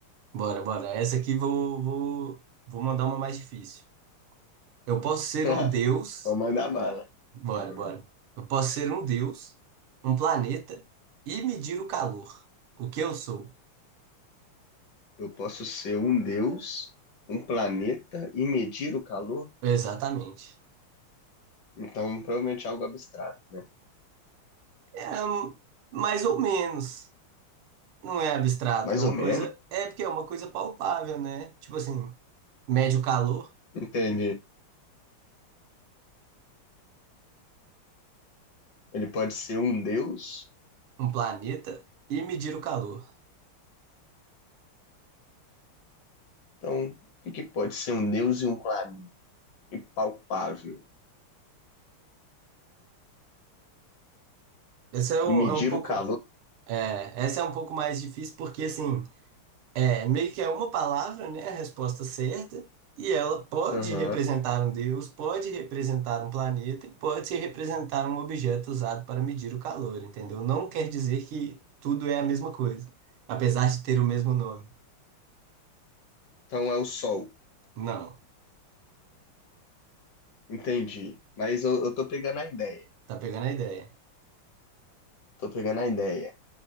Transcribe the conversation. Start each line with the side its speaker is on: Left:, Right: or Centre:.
Right: Bora, bora. Essa aqui vou, vou, vou mandar uma mais difícil. Eu posso ser
Left: <laughs>
Right: um deus.
Left: Vou mandar bala.
Right: Bora,
Left: Aham.
Right: bora. Eu posso ser um deus, um planeta e medir o calor. O que eu sou?
Left: Eu posso ser um deus, um planeta e medir o calor?
Right: Exatamente.
Left: Então, provavelmente é algo abstrato, né?
Right: É hum, mais ou menos. Não é abstrato,
Left: Mais
Right: é uma
Left: ou menos.
Right: coisa. É porque é uma coisa palpável, né? Tipo assim, mede o calor,
Left: Entendi. Ele pode ser um deus,
Right: um planeta e medir o calor.
Left: Então, o que que pode ser um deus e um planeta impalpável?
Right: Essa é um,
Left: E medir
Right: é um pouco.
Left: o calor?
Right: É, essa é um pouco mais difícil porque assim. É, meio que é uma palavra, né, a resposta certa, e ela pode
Left: Aham.
Right: representar um deus, pode representar um planeta e pode representar um objeto usado para medir o calor, entendeu? Não quer dizer que tudo é a mesma coisa, apesar de ter o mesmo nome.
Left: Então é o Sol.
Right: Não,
Left: Entendi. Mas eu, eu tô pegando a ideia.
Right: tá pegando a ideia.
Left: Tô pegando a ideia.